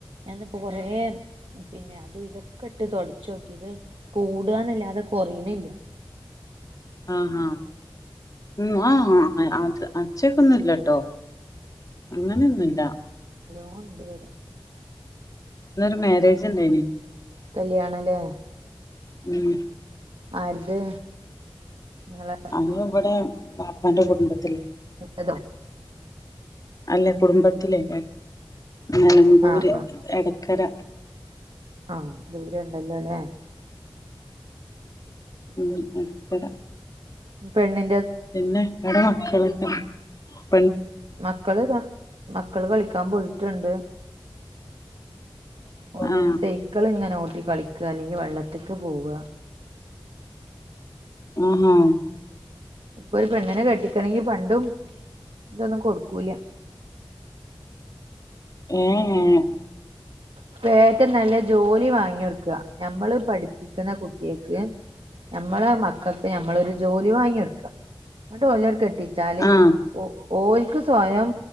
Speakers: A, on the right (about 75°); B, on the left (about 40°).
A: ഇന്ന് കെറേ പിന്നെ അതും ഇതൊക്കെ ഇട്ട് തൊടച്ചാേക്കി ഇത് കൂടന്നല്ലാ തെ കൊറിണില്ല
B: ആഹാ ഉം ആ അത് അച്ചേക്കാെന്നുംല്ലട്ടോ അങ്ങനൊന്നുല്ല
A: ഓണ്ട്വ്ടെ
B: ന്നൊരു മാരേജ് ണ്ടായ്നി
A: കല്യാണലേ
B: ഉം
A: ആര്ത് നിങ്ങളെ
B: അത് ഇവടെ വാപ്പാന്റെ കുടുംബത്തില്
A: അതോ
B: അല്ലെ കുടുംബത്തിലെ എ നെലമ്പൂര്
A: ആഹ് ആഹ് ആഹ്
B: എടക്കെര
A: ആഹ് ദൂരം ഉണ്ടല്ലോ ല്ലേ
B: ഉം എടക്കര
A: പെണ്ണി
B: പിന്നെ എവിടെ മക്കള് ഉ
A: മക്കള്താ മക്കള് കളിക്കാം പോയിട്ട്ണ്ട് ഓല്
B: ആ
A: സൈക്ക്ളിങ്ങനെ ഓ ട്ടി കളിക്ക അല്ലെങ്കി. വെള്ളത്ത്ക്ക് പോവ
B: ആഹാ
A: ഇപ്പൊ ഒരു പെണ്ണ്നെ കെട്ടി ണെങ്കി പണ്ടും ഇതൊന്നും കൊടുക്കൂല
B: ഏ എ
A: ഇപ്പ ഏറ്റം നല്ലെ ജോലി വാങ്ങ്യാെട്ക്ക ഞമ്മള് പഠിപ്പി ന്ന കുട്ട്യേക്ക് ഞമ്മള മക്കൾക്ക് ഞമ്മളൊരു ജോലി വാങ്ങ്യാെട്ക്ക ന്നട്ട് ഓലെട് കെട്ടിച്ചാല്
B: ആ
A: ഓല്ക്ക് സ്വയം